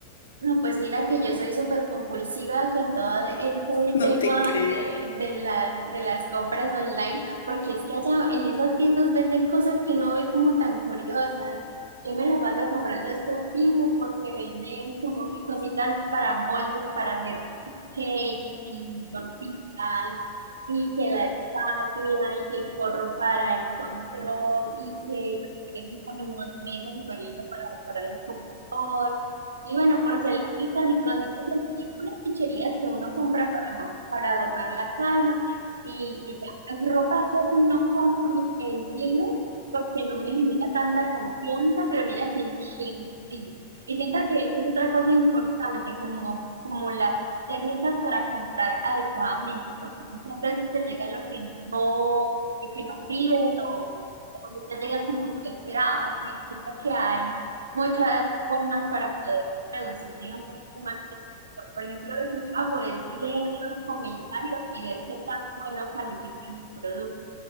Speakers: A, on the right; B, on the left.
A: No, pues mira que yo soy súper compulsiva con todo este
B: No te
A: tema
B: creo.
A: de, de las, de las compras online, porque es que allá en esas tiendas venden cosas que uno ve como tan curiosas. Yo me la paso comprando estos tiendas porque venden como que cositas para moldes, para hacer cake y tortitas, y que la espátula, y que el forro para el control, y que no sé, un camino de mesa súper lindo para decorar el computador. Y bueno, porcelanitas y cositas así, puras chucherías que uno compra para, para adornar la casa. Y, y ya, Pues, ropa casi no compro en sí, porque no me genera tanta confianza, pero mira que en Shein sí. Y siento que eso es otra cosa importante, como, como las técnicas para comprar adecuadamente, porque muchas veces te llega lo que no, lo que no pides o, o no te llega como tú esperabas, pero siento que hay muchas formas para poder reducir digamos, un poquito más. el error. Por ejemplo, lo que yo hago es leer los comentarios y ver qué tan bueno califican el producto.